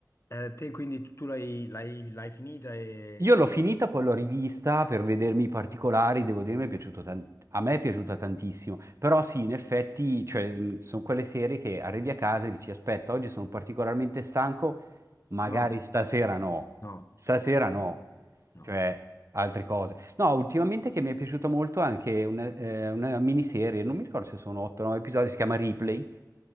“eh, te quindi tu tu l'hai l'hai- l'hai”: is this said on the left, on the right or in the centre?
Left